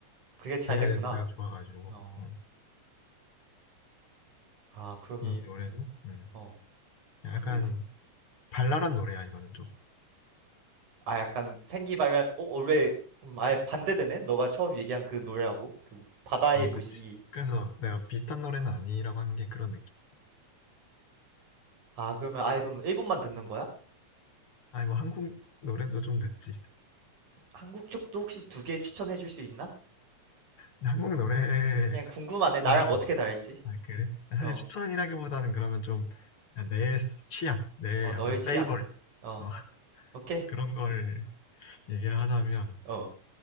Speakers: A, on the right; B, on the left.
A: 그게 잘
B: 되게
A: 됐구나.
B: 노래가 좋아가지고
A: 어,
B: 어,
A: 아, 그러면,
B: 이 노래도 음,
A: 어.
B: 약간
A: 그, 그,
B: 발랄한 노래야 이거는 좀
A: 아 약간 생기발랄 어 원래 음, 아예 반대되네 너가 처음 얘기한 그 노래하고 그 바다의
B: 어
A: 모시기
B: 그치 그래서 내가 비슷한 노래는 아니라고 한 게 그런 느낌
A: 아 그러면 아예 그럼 일본만 듣는 거야?
B: 아니 뭐 한국 노래도 좀 듣지
A: 한국 쪽도 혹시 두 개 추천해 줄 수 있나?
B: 근데 한국 노래
A: 그냥 궁금하네
B: 또
A: 나랑 어떻게 다를지
B: 아, 그래? 사실
A: 어어어
B: 추천이라기보다는 그러면 좀 내 취향 내 약간
A: 너의 취향
B: 페이버릿
A: 어
B: 어,
A: 오케이
B: 그런 걸 얘기를 하자면
A: 어